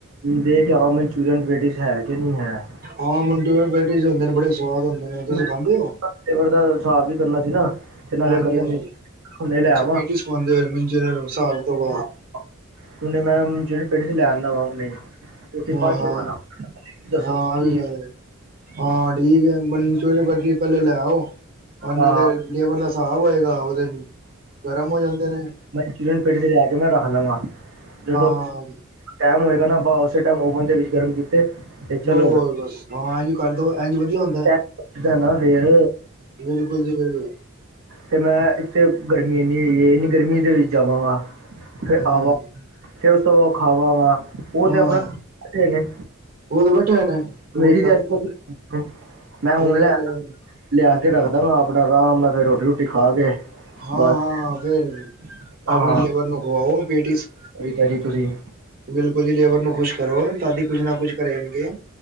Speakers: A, on the right; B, on the right.
A: ਦੇਖ ਆਵਾਂ ਮਨਚੂਰੀਅਨ ਪੇਟਿਜ਼ ਹੈ ਕਿ ਨੀ ਹੈ।
B: ਹਾਂ ਮਰੂੰਡੇ ਹੋਏ ਪੈਟਸ ਹੁੰਦੇ ਬੜੇ ਸਵਾਦ ਹੁੰਦੇ ਨੇ ਤੁਸੀ
A: ਮੈਂ
B: ਖਾਦੇ ਹੋ,
A: ਫਲੇਵਰ ਦਾ ਹਿਸਾਬ ਵੀ ਕਰਨਾ ਸੀ ਨਾ ਤੇ ਨਾਲੇ
B: ਹਾਂਜੀ-ਹਾਂਜੀ।
A: ਉਹ ਕਹਿੰਦੇ ਮਨਚੂਰੀਅਨ ਹੁਣੇ ਲੈ
B: ਅਛਾ
A: ਆਵਾਂ
B: ਪੇਟੀ ਸੁਖਾਉਦੇ ਹੋ ਮਿੰਜਰ ਸਾਲ ਤੋ ਬਾਦ।
A: ਹਾਂ ਉਹਨੇ ਮੈ ਜਿਹੜੇ ਪੇਟੀਜ ਲੈ ਆਨਾ ਵਾ ਉਹਨੇ। ਰੋਟੀ
B: ਆ
A: ਬਾਅਦ
B: ਹਾਂ-ਹਾਂ
A: ਚੋਂ ਖਾਣਾ ਦੱਸੋ
B: ਆ
A: ਕਿ
B: ਗਏ। ਹਾਂ ਠੀਕ ਹੈ ਮਨ <unintelligible> ਲੇ ਆਓ ਹੁਣ
A: ਅ
B: ਉਹਦੇ ਲੇਬਰ ਵਾਸ ਹਿਸਾਬ ਹੋਏਗਾ ਉਹਦੇ ਗਰਮ ਹੋ ਜਾਦੇ ਨੇ।
A: ਮੈ ਚਿਕਨ ਪੈਟਿਸ ਲੈਕੇ ਮੈ ਰੱਖ ਲਾਂਗਾ ਜਦੋ
B: ਹਾਂ
A: ਟੈਮ ਹੋਏਗਾ ਨਾ ਆਪਾ ਉਸੇ ਟੈਮ ਓਵਨ ਦੇ ਵਿਚ ਗਰਮ ਕੀਤੇ ਤੇ ਚਲੋ
B: ਬਹੁ <unintelligible> ਹਾਂ ਏਝ ਕਰਦੋ ਇਝ ਵਧੀਆ ਹੁੰਦਾ
A: ਟਾਈਮ ਨਾ ਫੇਰ
B: ਬਿਲਕੁਲ ਜੀ ਬਿਲਕੁਲ।
A: ਤੇ ਮੈ ਇੱਕ ਤੇ ਗਰਮੀ ਇੰਨੀ ਹੈਗੀ ਏ ਐਨੀ ਗਰਮੀ ਦੇ ਵਿਚ ਜਾਵਾਂਗਾ। ਫੇਰ
B: ਹਾਂ
A: ਆਵਾ ਫੇਰ ਉਸ ਤੋ ਖਾਵਾ ਗਾ। ਉਹ
B: ਹਾਂ
A: ਤੇ ਆਪਣਾ ਬੈਠੇ ਨੇ
B: ਉਹ ਤੇ ਬੈਠੇ ਹੋਏ ਨੇ ਕਬੂਤਰ
A: ਮੇਰੀ ਤੇ ਅਜ ਮੈਂ
B: ਸਹੀ
A: ਹੁਣ
B: ਗੱਲ
A: ਲੈ ਆਨਾ।
B: ਹੈ
A: ਲਿਆ ਕੇ ਰੱਖਦਾ ਵਾ ਆਪਣਾ ਆਰਾਮ ਨਾਲ ਫਿਰ ਰੋਜੀ-ਰੋਟੀ ਖਾ ਕੇ
B: ਹਾਂ-ਹਾਂ
A: ਬਸ
B: ਫੇਰ
A: ਹਾਂ
B: ਆਪਣੀ ਲੇਬਰ ਨੂੰ ਖਵਾਓ ਪੇਟੀਸ।
A: ਕਵਿਤਾ ਜੀ ਤੁਸੀਂ
B: ਬਿਲਕੁਲ ਜੀ ਲੇਬਰ ਨੂੰ ਖ਼ੁਸ਼ ਕਰੋ ਤਾਕੀ ਕੁੱਝ ਨਾ ਕੁੱਝ ਕਰੇਣਗੇ।